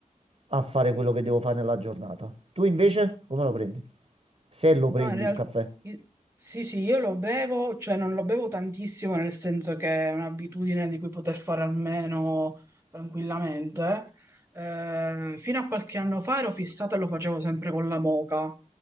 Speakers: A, on the right; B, on the right.
A: a fare quello che devo fare nella giornata. Tu invece come lo prendi? Se lo prendi
B: No, in realtà
A: il caffè.
B: sì, sì, io lo bevo, cioè non lo bevo tantissimo, nel senso che è un'abitudine di cui poter fare almeno tranquillamente. Eh, fino a qualche anno fa ero fissato e lo facevo sempre con la moka,